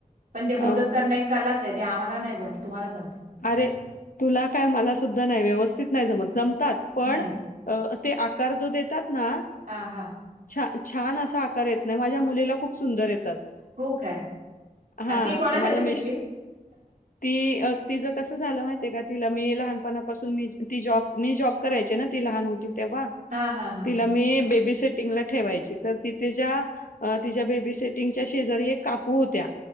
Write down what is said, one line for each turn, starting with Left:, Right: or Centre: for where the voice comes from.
Right: पण ते मोदक
Left: अ,
Right: करण एक कलाच आहे, ते आम्हाला नाही जमत, तुम्हालाच जमते.
Left: अरे तुला काय मला सुद्धा नाही व्यवस्थित नाही जमत जमतात, पण
Right: हम्म.
Left: अ ते आकार जो देतात ना
Right: हां हां
Left: छा छान असा आकार येत नाही, माझ्या मुलीला खूप सुंदर येतात.
Right: हो काय?
Left: हा
Right: आणि ती कोणाकडनं
Left: माझ्या मिस्ट,
Right: शिकली?
Left: ती अ तिचं कसं झालं माहितीये का तिला, मी लहानपणा पासून मी ती जॉब मी जॉब करायची ना ती लहान होती तेव्हा
Right: हां, हां, हां.
Left: तिला मी बेबी सेट टिंग ला ठेवायची तर ती तिच्या, तिच्या बेबी सेटिंगच्या शेजारी एक काकू होत्या